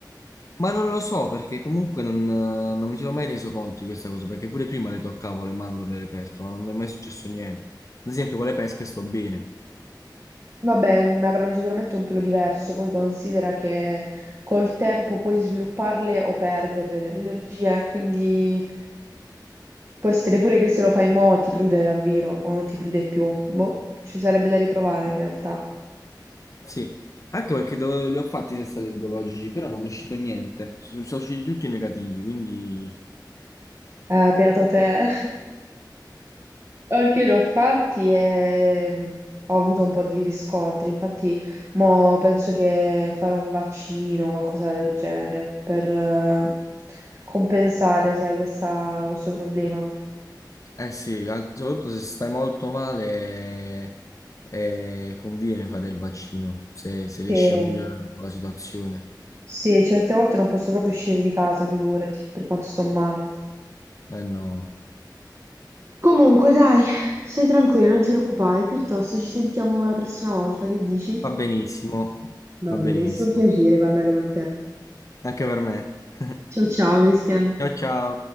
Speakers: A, on the left; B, on the right.
A: Ma non lo so perché comunque non, non mi sono mai reso conto di questa cosa perché pure prima le toccavo le mandorle e le pesche, ma non mi è mai successo niente. Ad esempio con le pesche sto bene.
B: vabbè, mh, avranno sicuramente un pelo diverso, poi considera che col tempo puoi svilupparle o perderle le allergie, quindi Può essere pure che se lo fai mo' ti prude davvero, o non ti prude più. Boh, ci sarebbe da riprovare in realtà.
A: Sì, anche perché do- li ho fatti i test allergologici, però non mi è uscito niente. Sono, sono usciti tutti negativi, quindi...
B: Eh, beato te. <laughs> Anche io li ho fatti e mm, ho avuto un po' di riscontri. Infatti, mo penso che fare un vaccino o qualcosa del genere per eh, compensare, sai, questa- questo problema.
A: Eh sì, an- soprattutto se stai molto male, eh, conviene fare il vaccino, se, se riesci
B: Che,
A: a migliorare un po' la situazione.
B: sì, certe volte non posso proprio uscire di casa, figurati, per quanto sto male.
A: Eh no,
B: Comunque, dai, stai tranquillo, non ti preoccupare, piuttosto ci sentiamo la prossima volta, che dici?
A: va benissimo,
B: Va
A: va
B: bene,
A: benissimo.
B: è stato un piacere parlare con te.
A: Anche per me. <laughs>
B: Ciao ciao, Cristian.
A: Ciao ciao.